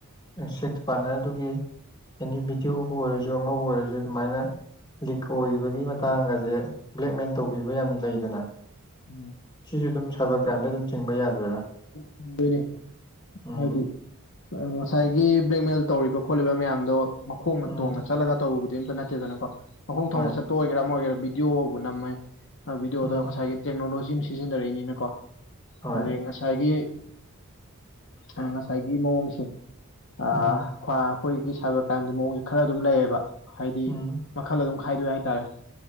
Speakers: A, on the left; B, on the left.
A: ꯁꯦꯛꯁ ꯄꯥꯔꯠꯅꯔꯗꯨꯒꯤ ꯑꯦꯅꯤ ꯚꯤꯗꯤꯑꯣ ꯕꯨ ꯑꯣꯏꯔꯁꯨ ꯑꯃꯕꯨ ꯑꯣꯏꯔꯁꯨ ꯑꯗꯨꯃꯥꯏꯅ ꯂꯤꯛ ꯑꯣꯏꯕꯒꯤ ꯃꯇꯥꯡ ꯑꯁꯦ ꯕ꯭ꯂꯦꯛꯃꯦꯟ ꯇꯧꯕꯤꯕ ꯌꯥꯝ ꯂꯩꯗꯅ
B: ꯎꯝ
A: ꯁꯤꯁꯨ ꯑꯗꯨꯝ ꯁꯥꯏꯕꯔ ꯀ꯭ꯔꯥꯏꯝꯗ ꯑꯗꯨꯝ ꯆꯤꯡꯕ ꯌꯥꯗꯣꯏꯔꯥ
B: ꯆꯤꯡꯗꯣꯏꯅꯦ
A: ꯎꯝ
B: ꯍꯥꯏꯗꯤ ꯉꯁꯥꯏꯒꯤ ꯕ꯭ꯂꯦꯛꯃꯦꯜ ꯇꯧꯔꯤꯕ ꯈꯣꯠꯂꯤꯕ ꯃꯌꯥꯝꯗꯣ ꯃꯈꯣꯡꯅ
A: ꯎꯝ
B: ꯇꯣꯡꯉ ꯆꯠꯂꯒ ꯇꯧꯔꯨꯕꯗꯤ ꯑꯝꯇ ꯅꯠꯇꯦꯗꯅꯀꯣ ꯃꯈꯣꯡ ꯊꯣꯡꯕ
A: ꯍꯣꯏ
B: ꯆꯠꯄ ꯑꯣꯏꯒꯦꯔꯥ ꯑꯃ ꯑꯣꯏꯒꯦꯔꯥ ꯚꯤꯗꯤꯑꯣꯕ ꯅꯝꯃꯦ ꯚꯤꯗꯤꯑꯣꯗ
A: ꯎꯝ
B: ꯉꯁꯥꯏꯒꯤ ꯇꯦꯛꯅꯣꯂꯣꯖꯤ ꯑꯃ ꯁꯤꯖꯤꯟꯅꯔꯛꯏꯅꯤꯅꯀꯣ
A: ꯍꯣꯏ
B: ꯑꯗꯩ ꯉꯥꯏ ꯉꯁꯥꯏꯒꯤ ꯉꯁꯥꯏꯒꯤ ꯃꯑꯣꯡꯁꯦ ꯑ
A: ꯎꯝ
B: ꯈ ꯑꯩꯈꯣꯏꯒꯤ ꯁꯥꯏꯕꯔ ꯀ꯭ꯔꯥꯏꯝꯒꯤ ꯃꯑꯣꯡꯁꯦ ꯈꯔ ꯑꯗꯨꯝ ꯂꯩꯌꯦꯕ ꯍꯥꯏꯗꯤ
A: ꯎꯝ
B: ꯃꯈꯜ ꯑꯗꯨꯝ ꯈꯥꯏꯗꯣꯛꯑꯦ ꯍꯥꯏꯇꯥꯔꯦ